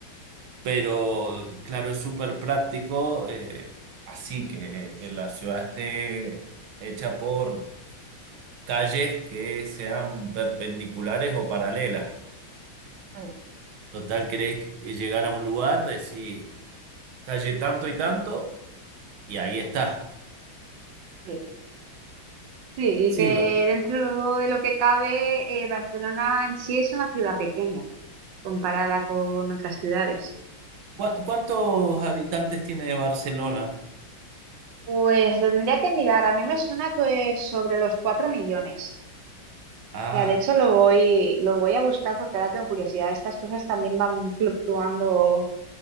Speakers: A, on the right; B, on the right.
A: pero claro, es súper práctico, eh, así que, que la ciudad esté hecha por calles que sean perpendiculares o paralelas.
B: Mm,
A: Total, querés llegar a un lugar, decís calle tanto y tanto, y ahí está.
B: Sí. Sí, y
A: Sí,
B: que
A: lo-
B: dentro de lo que cabe, eh, Barcelona en sí es una ciudad pequeña comparada con otras ciudades.
A: ¿cu- ¿cuántos habitantes tiene Barcelona?
B: Pues lo tendría que mirar. A mí me suena que es sobre los 4 millones.
A: Ah.
B: Mira, de hecho lo voy, lo voy a buscar porque ahora tengo curiosidad. Estas cosas también van fluctuando